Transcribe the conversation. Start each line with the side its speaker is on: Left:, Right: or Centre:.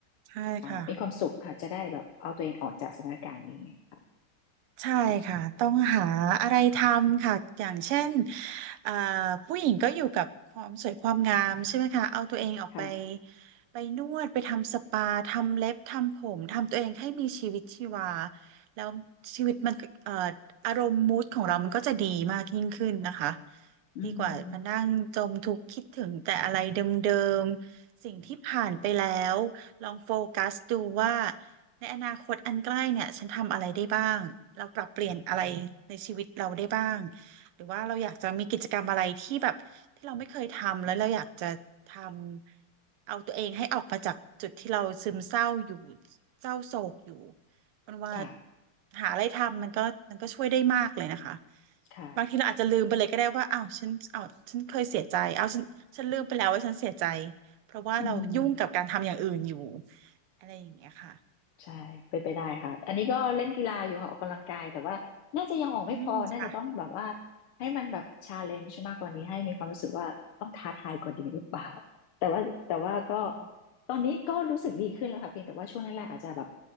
Right: ใช่ค่ะ
Left: เอ่อมีความสุขค่ะจะได้แบบเอาตัวเองออกจากสถานการณ์นี้ค่ะ
Right: ใช่ค่ะต้องหาอะไรทำค่ะอย่างเช่น
Left: ค่ะ
Right: อ่าผู้หญิงก็อยู่กับความสวยความงามใช่ไหมคะเอาตัวเองออกไป
Left: ค่ะ
Right: ไปนวดไปทำสปาทำเล็บทำผมทำตัวเองให้มีชีวิตชีวาแล้วชีวิตมันเอ่ออารมณ์มูดของเรามันก็จะดีมากยิ่งขึ้นนะคะ
Left: อืม
Right: ดีกว่ามานั่งจมทุกข์คิดถึงแต่อะไรเดิมๆสิ่งที่ผ่านไปแล้วลองโฟกัสดูว่า ในอนาคตอันใกล้เนี่ยฉันทำอะไรได้บ้างเราปรับเปลี่ยนอะไรในชีวิตเราได้บ้างหรือว่าเราอยากจะมีกิจกรรมอะไรที่แบบที่เราไม่เคยทำแล้วเราอยากจะทำเอาตัวเองให้ออกมาจากจุดที่เราซึมเศร้าอยู่เศร้าโศกอยู่มันว่า
Left: ค่ะ
Right: หาอะไรทำมันก็มันก็ช่วยได้มากเลยนะคะ
Left: ค่ะ
Right: บางทีเราอาจจะลืมไปเลยก็ได้ว่าอ้าวฉันอ้าวฉันเคยเสียใจอ้าวฉันฉันลืมไปแล้วว่าฉันเสียใจเพราะว่าเรายุ่งกับการทำอย่างอื่นอยู่
Left: อืม
Right: อะไรอย่างเงี้ยค่ะ
Left: ใช่เป็นไปได้ค่ะอันนี้ก็เล่นกีฬาอยู่ค่ะออกกำลังกายแต่ว่าน่าจะยังออกไม่พอน่าจะต้องแบบว่า
Right: อืมค่ะ
Left: ให้มันแบบชาเลนจ์มากกว่านี้ให้มีความรู้สึกว่าต้องท้าทายกว่านี้หรือเปล่าแต่ว่าแต่ว่าก็
Right: อื
Left: ตอนนี้ก็รู้สึกดีขึ้นแล้วค่ะเพียงแต่ว่าช่วงแรกๆอาจจะแบบ